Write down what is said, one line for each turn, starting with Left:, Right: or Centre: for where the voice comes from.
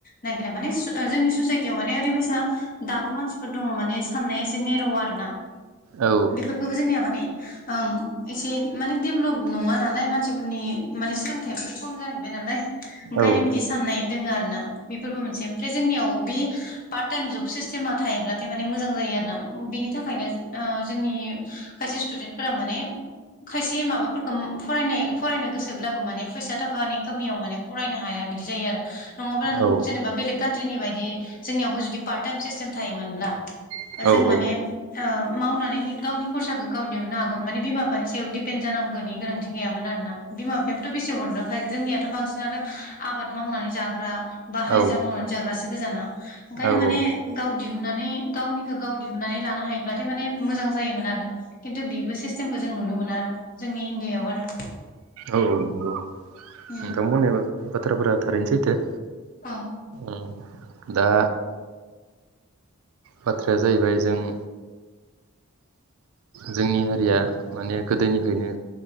Left: नागिरा माने जोंनि ससायथिआ माने बे बैसा दाबो मानसिफोर दंङ माने साननाया एसे नेर' आरो ना
Right: औ
Left: बेफोरखौबो जोंनिया माने ओं एसे माने डेभलप नङा नालाय मानसिफोरनि माने सोलोंथाइाबोथ खम जाहैबाय नालाय ओंखायनो
Right: औ
Left: बिदि साननाय दोंङो आरो ना बेफोरबो मोनसे ओमफ्राय जोंनियाव बे पार्ट टाइम जब सिस्टेमा थायोब्लाथाय माने मोजां जायो आरो ना बिनि थाखायनो ओ जोंनि खायसे स्टुडेन्टफोरा माने खायसे माबाफोरखौ फरायनाय-फरायनो गोसोब्लाबो माने फैसा थाखानि खमियाव माने फरायनो हाया बिदि जायो आरो नङाबा नों
Right: औ
Left: जेनेबा बेलेग कान्ट्रिनि बायदि जोंनियावबो जुदि पार्ट टाइम सिस्टेम थायोमोनब्ला
Right: औ
Left: जों माने ओ मावनानै गावनि खरसाखौ गाव दिहुननो हागौमोन माने बिमा बिफानि सायाव दिपेन्ड जानांगौनि गोनांथि गैयामोन आरोना बिमा बिायाबोथ बेसे हरनोखाय जोंनियाथ बांसिनथ आबाद मावनानै जाग्रा बा हाजिरा
Right: औ
Left: मावनानै जाग्रासो ए गोजाना ओंखायनो
Right: औ औ
Left: माने गाव दिहुननानै गावनिखौ गाव दिहुननानै लानो हायोब्लाथाय माने मोजां जायोमोन आरो। खिन्थु बेबो सिस्टेमखौ जों नुनो मोनो आरो। जोंनि इण्डियायाव आरो
Right: औ नंगौ।
Left: उम
Right: नोंथा बुंनाय बाथ्राफोरा थारैनो सैथो।
Left: औ
Right: औ। दा बाथ्राया जाहैबाय जों जोंनि हारिया माने गोदोनिफ्रायनो